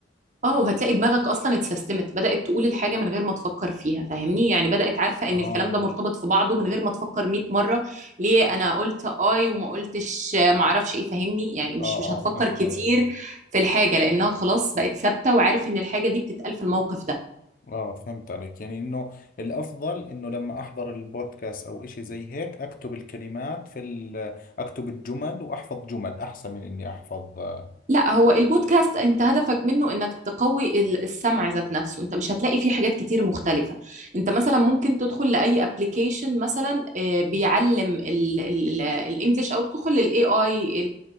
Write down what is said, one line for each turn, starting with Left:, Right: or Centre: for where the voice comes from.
Right: اه وهتلاقي دماغك اصلا اتسيستمت بدأت تقول الحاجة من غير ما تفكر فيها فاهمني يعني بدأت عارفة
Left: آه
Right: ان الكلام ده مرتبط في بعضه من غير ما تفكر 100 مرة ليه انا قلت اي وما قلتش آه، ما اعرفش ايه فاهمني يعني مش
Left: آه
Right: مش هتفكر
Left: آه فهمت
Right: كتير
Left: عليك
Right: في الحاجة لانها خلاص بقت ثابتة وعارف ان الحاجة دي بتتقال في الموقف ده
Left: آه فهمت عليك يعني إنه الأفضل إنه لما أحضر البودكاست أو إشي زي هيك أكتب الكلمات في ال أكتب الجمل وأحفظ جمل أحسن من إني أحفظ آه
Right: لا هو البودكاست انت هدفك منه انك تقوي ال- السمع ذات نفسه انت مش هتلاقي فيه حاجات كتير مختلفة انت مثلا ممكن تدخل لأي ابلكيشن مثلا آه، بيعلم ال- ال- الانجليش او تدخل للاي اي